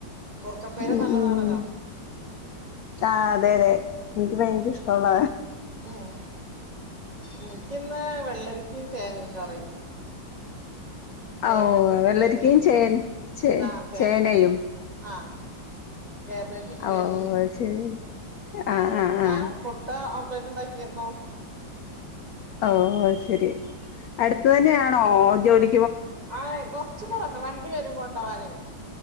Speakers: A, on the right (about 20°); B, on the left (about 70°).
A: കൂർക്കപ്പേര്
B: ഉം
A: നല്ലതാണല്ലോ
B: ഉം ആ അതെ അതെ എനിക്ക് ഭയ്ങ്കര ഇഷ്ടുള്ള
A: ഉം എനിക്കിന്ന് വെള്ളൊരിക്കയും ചേമ്പ് കറി കാബേജ്
B: ഓവെള്ളരിക്കയും
A: ഉപ്പേരി
B: ചേൻ ചേ
A: ആഹ് ചേന
B: ചേനയും
A: ആഹ് കാബേജ് പെരി
B: ഓഹ് അത് ശരി ആഹ്
A: പിന്നെ
B: ആഹ് ആഹ്
A: മുട്ട ഉണ്ടാക്കിര്ന്നോ?
B: ഓ ശരി അടുത്ത തന്നെയാണോ ജോലി?
A: ആ കൊറച്ചന്ന് പോരണംവണ്ടി വരും കൊണ്ടു പോവാന്